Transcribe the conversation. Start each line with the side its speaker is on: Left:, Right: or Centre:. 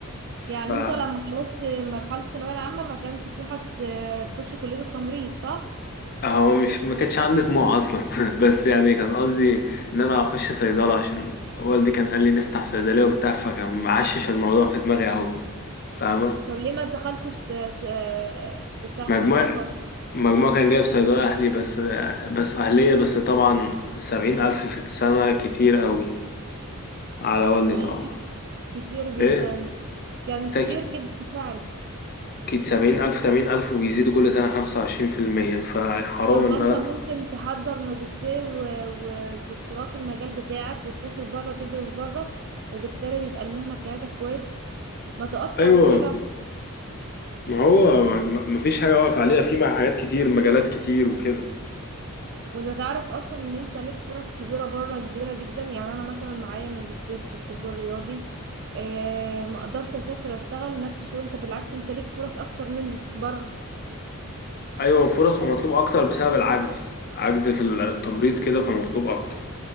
Left: ف
Right: يعني انت لما خلصت مرحلة الثانوية العامة ما كانش طموحك ت- تخش كلية التمريض صح؟
Left: هو مش ما كانش عندي طموح اصلا <laughs> بس يعني كان قصدي ان انا اخش صيدلة عشان والدي كان قال لي نفتح صيدلية وبتاع فكان معشش الموضوع في دماغي قوي فاهمة
Right: طب ليه ما دخلتش ت- ت- بتاع
Left: مجموع
Right: صيدلة خالص؟
Left: مجموع كان جايب صيدلة أهلي بس بس أهلية بس طبعا سبعين ألف في السنة كتير قوي على والدي
Right: لا
Left: طبعا
Right: لا، كتير جدا
Left: إيه
Right: كان
Left: تاكت
Right: كتير جدا فعلا
Left: كت سبعين ألف سبعين ألف وبيزيدوا كل سنة خمسة وعشرين في المية فحرام
Right: طب ما
Left: إن
Right: انت
Left: أنا أدفع
Right: ممكن تحضر ماجستير و- ودكتوراه في المجال بتاعك وتسافر بره تدرس بره وبالتالي يبقى المهنة بتاعتك كويس ما تقفش
Left: أيوة
Right: عن حاجة
Left: ما هو ما ما- مفيش حاجة واقف عليها في مع حاجات كتير مجالات كتير وكده
Right: وانت تعرف اصلا ان انت ليك فرص كبيرة بره كبيرة جدا يعني انا مثلا معايا ماجستير في الطب الرياضي اه ما اقدرش اسافر اشتغل نفس الشغل انت بالعكس انت ليك فرص اكتر مني بره
Left: أيوة وفرص ومطلوب أكتر بسبب العجز عجز في التمريض كده فمطلوب أكتر